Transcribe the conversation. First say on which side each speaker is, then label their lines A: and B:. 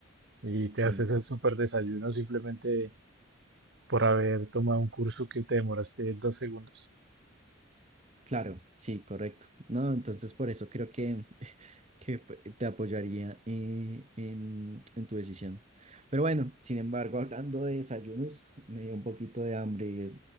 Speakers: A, on the right; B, on the right.
A: Y
B: sí,
A: te haces el súper desayuno simplemente por haber tomado un curso que te demoraste dos segundos.
B: claro, sí, correcto. No, entonces por eso creo que que p- eh, te apoyaría eh, en, en tu decisión. Pero bueno, sin embargo, hablando de desayunos, me dio un poquito de hambre.